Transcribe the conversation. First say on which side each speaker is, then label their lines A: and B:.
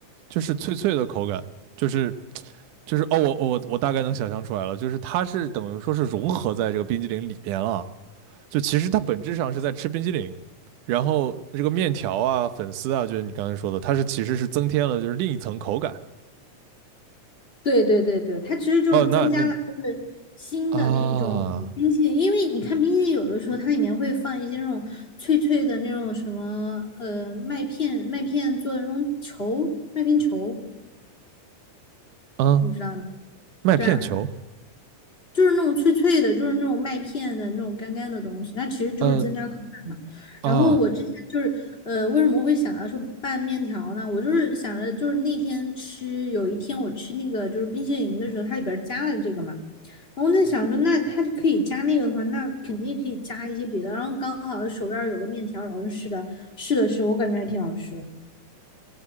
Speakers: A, on the right (about 85°); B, on the left (about 20°).
A: 就是脆脆的口感，就是就是哦，我我我大概能想象出来了，就是它是等于说是融合在这个冰激凌里面了。就其实它本质上是在吃冰激凌，然后这个面条啊、粉丝啊，就是你刚才说的，它是其实是增添了就是另一层口感。
B: 对对对对，它其实就是增加了就是新的那种冰淇淋，
A: 哦，那那啊
B: 因为你看冰淇淋有的时候它里面会放一些那种脆脆的那种什么呃麦片麦片做的那种球麦片球，
A: 啊，
B: 你知道吗？
A: 麦片球，
B: 对啊，就是那种脆脆的，就是那种麦片的那种干干的东西，它其实就是增加口感嘛。
A: 呃啊，
B: 然后我之前就是呃为什么会想到说拌面条呢？我就是想着就是那天吃有一天我吃那个就是冰淇淋的时候，它里边儿加了这个嘛。然后在想说，那它可以加那个的话，那肯定可以加一些别的。然后刚好手边有个面条，然后就试了试了试，我感觉还挺好吃的。